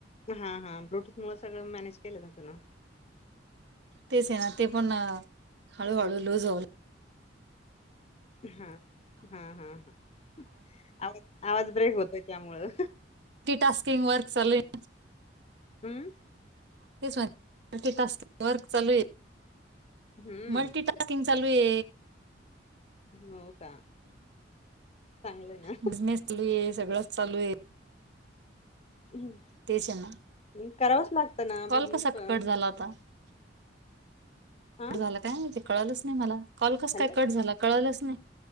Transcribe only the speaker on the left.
हा, हा ब्लूटूथ मुळ सगळं मॅनेज केलं जात ना
हा, हा, हा, हा आवाज, आवाज ब्रेक होतो त्यामुळं
हम्म
हम्म
हो का चांगलंय ना
हम्
आणि करावंच लागतं ना,
बिझनेस
पण
हा
हॅलो